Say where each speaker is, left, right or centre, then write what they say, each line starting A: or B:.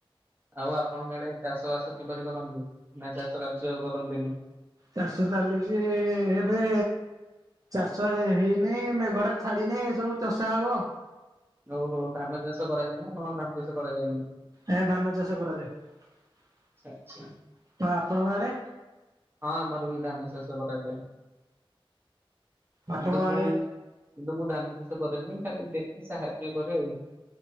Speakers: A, on the right (about 20°); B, on the right (about 40°).
A: ଆଉ ଆପଣଙ୍କ ଆଡେ ଚାଷ ବାସ କିପରି କରନ୍ତି ନାଇ ଚାଷ କାର୍ଯ୍ୟ କରନ୍ତିନି?
B: ଚାଷ ଚାଲିିଚି ଏବେ। ଚାଷ ହେ ହେଇନି ମେଘଟା ଛାଡିନେ ସବୁ ଚଷା ହବ।
A: ଓହୋ ଧାନ ଚାଷ କରାଯାଏନା ଆପଣ ଧାନ ଚାଷ କରାଯାଏନି।
B: ଆଜ୍ଞା ଧାନ ଚାଷ କରାଯାଏ
A: ଆଚ୍ଛା ଆଚ୍ଛା
B: ଆଉ ଆପଣଙ୍କ ଆଡେ
A: ହଁ ଆମର ବି ଧାନ ଚାଷ କରାଯାଏ
B: ଆପଣଙ୍କ
A: କିନ୍ତୁ ମୁଁ।
B: ଆଡେ
A: କିନ୍ତୁ ମୁଁ ଧାନ ଚାଷ କରେ ନାହିଁ ଖାଲି ଦେଖେ ସାହାଯ୍ୟ କରେ ଆଉ